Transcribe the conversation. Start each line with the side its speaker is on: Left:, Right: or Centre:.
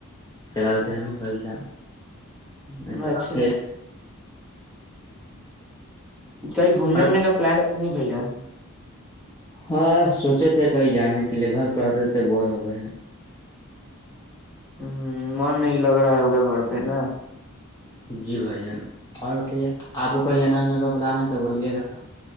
Left: چلاال د ہیں مو ہل چال ا تو
Centre: اچھا
Left: بقی
Centre: کہئی گھومنے
Left: اور
Centre: وومنے کا پلان ہے نہیں بھ جان
Left: ہاں سوچے تھے کہیں جانے کے لیے گھر پہ رہتے تھ بور ہو گئے ہیں
Centre: ہ ہ من نہیں لگ رہا ہوگا گھر پہ نا
Left: جی بھائی جان اور بتائیے آپ کو کوئی جاناا کو پلان ہے تو بولیے گا